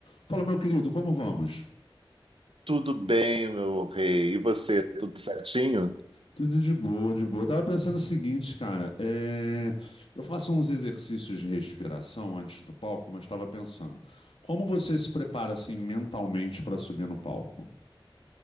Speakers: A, on the left; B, on the right.
A: Fala, meu querido, como vamos?
B: Tudo bem, meu rei. E você, tudo certinho?
A: Tudo de boa, de boa. Eu tava pensando o seguinte, cara, é, eu faço uns exercícios de respiração antes do palco, mas estava pensando, como você se prepara assim mentalmente para subir no palco?